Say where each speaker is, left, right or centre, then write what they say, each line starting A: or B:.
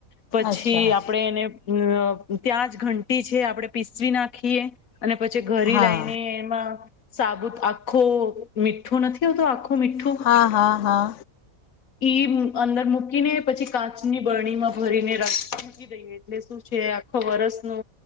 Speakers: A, on the left; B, on the left.
A: પછી
B: અચ્છા
A: થી આપડે એને અ ત્યાં જ ઘંટી છે આપડે પીસવી નાખીએ. અને પછી ઘરે
B: હા
A: લઈને એમાં સાબુત આ ખો મીઠો નથી આવતો આખ મીઠું
B: હા હા હા
A: ઈ અંદર મુક્ મૂકીને પછી કાચ ની બરણી માં ભરીને રાખ. મૂકી દઈએ એટલે શું છે આખો વરસનો